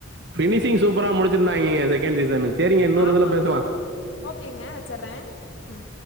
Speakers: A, on the right (about 55°); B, on the left (about 70°).
A: ஃபினிஷிங் சூப்பரா முடிச்சிருந்தாய்ங்கங்க செகண்ட் சீசனு சேரிங்க இன்னோர்
B: ஆமா
A: இதுல பேசலா
B: ஓகேங்க வச்சர்றே ம்